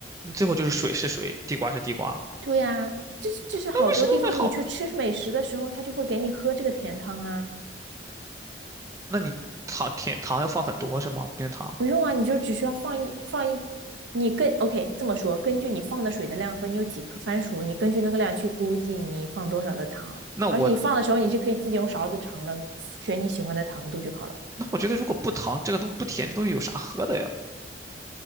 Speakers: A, on the right (about 20°); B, on the right (about 85°).
A: 最后就是水是水，地瓜是地瓜，
B: 对呀，这是这是好多地方你去吃美食的时候，
A: 那为什么会好？
B: 他就会给你喝这个甜汤啊，
A: 那你糖甜糖要放很多是吗？冰糖？
B: 不用啊，你就只需要放一放一，你跟 OK 这么说，根据你放的水的量和你有几颗番薯，你根据那个量去估计你放多少的糖，
A: 那我
B: 而且你放的时候你是可以自己用勺子尝的，选你喜欢的糖度就好了。
A: 那我觉得如果不糖这个东不甜，这东西有啥喝的呀？